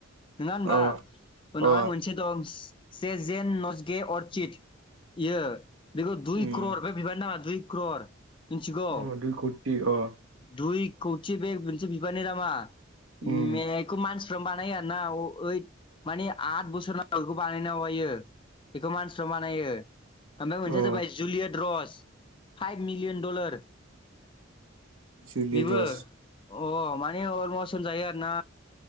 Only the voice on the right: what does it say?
अ
अ
उम
अ दुइ कौटि अ
उम
अ
जुलिइद
दस